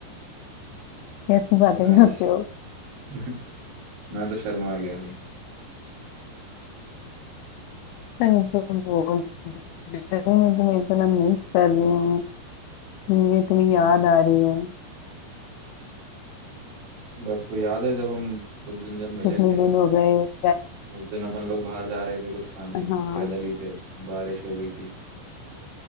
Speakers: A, on the left; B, on the right.
A: कैसी बातें
B: नाइस
A: करते हो
B: <laughs> मैं तो शर्मा आ गया भाई
A: अरे मैं तो बोल रही हूँ मैं तुम्हें इतना मिस कर रही हूँ मुझे इतनी
B: हम्म
A: याद आ रही है
B: बस वो याद है जब हम उस दिन जब मिले
A: कितने
B: थे
A: दिन हो गए क्या
B: उस दिन अपन लोग बाहर जा रहे थे कुछ खाने
A: हाँ
B: पैदल ही थे बारिश हो गई थी